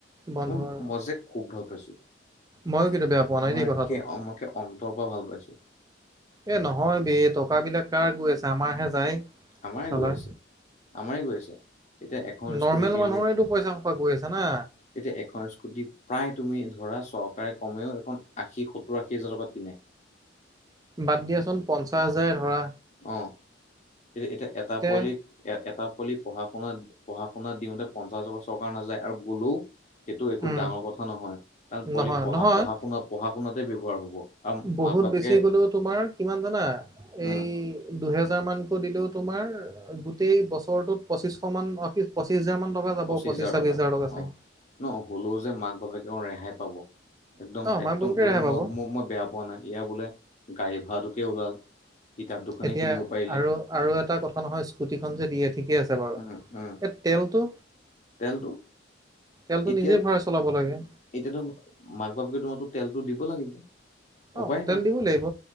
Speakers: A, on the right; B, on the left.
A: বন্ধ
B: ম
A: আৰু
B: মজে খুব ভাল পাইছো।
A: ময়ো কিন্তু বেয়া পোৱা নাই
B: মই
A: দেই কথাটো
B: একে মকে অন্তৰৰ পৰা ভাল পাইছো।
A: এ নহয় বে টকা বিলাক কাৰ গৈ আছে আমাৰহে যায়।
B: আমাৰে
A: চালাৰ
B: গৈ আছে। আমাৰে গৈ আছে এতিয়া এখন স্কুটি
A: নৰ্মেল
B: কিনিলে
A: মানুহৰেতো পইচা সোপা গৈ আছে না
B: এতিয়া এখন স্কুটি প্ৰায় তুমি ধৰা চৰকাৰে কমেও এখন আশী সত্তৰ আশী হাজাৰ টকাত কিনে।
A: বাদ দিয়াচোন পঞ্চাছ হাজাৰে ধৰা।
B: অঁ, এ এতিয়া এটা
A: তে
B: পোৱালিক। এ এটা পোৱালিক পঢ়া শুনা পঢ়া শুনা দিওঁতে পঞ্চাচ হাজাৰ টকা চৰকাৰ নাযায় আৰু গলোও। সেইটো একো
A: উম
B: ডাঙৰ কথা নহয় কাৰণ পোৱালি
A: নহয়
B: পঢা
A: নহয়
B: পঢ়া শুনাত পঢ়া শুনাতে ব্যয়ৱহাৰ হব। আৰু
A: বহুত
B: মাক বাপেকে
A: বেছি গলেও তোমাৰ কিমান জানা? এই,
B: উম
A: দুহেজাৰ মানকৈ দিলেও তোমাৰ গোটেই বছৰটোত পঁচিচশ মান অকি পঁচিছ হাজাৰ মান টকা
B: পঁচিশ
A: পঁচিছ ছাবিছ
B: টকা
A: হাজাৰ টকাছে।
B: অ ন হলেও যে মাক বাপেকে ৰেহাই পাব একদম
A: অ
B: একদম
A: মাক বাপেকে ৰেহাই পাব
B: মই ম মই বেয়া পোৱা নাই ইয়াৰ বোলে গাড়ী ভাড়াটোকে ওলাল। কিতাপ দুখনে
A: এতিয়া
B: কিনিব পাৰিলে
A: আৰু আৰু এটা কথা নহয় স্কুটি খন যে দিয়ে ঠিকে আছে। বাৰু
B: উম উম
A: এ টেল টো?
B: তেলটো
A: তেলটো
B: এতিয়া
A: নিজে ভৰাই চলাব লাগে।
B: এতিয়াতো মাক বাপেকে তোমাটো তেলতো দিব লাগিব।
A: অঁ,
B: উপায়
A: তেল
B: নাই
A: দিব লাগিব